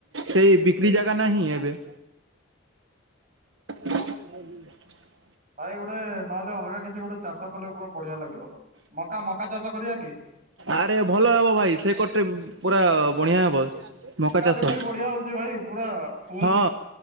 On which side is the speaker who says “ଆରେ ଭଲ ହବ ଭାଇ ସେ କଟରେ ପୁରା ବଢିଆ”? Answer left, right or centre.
Right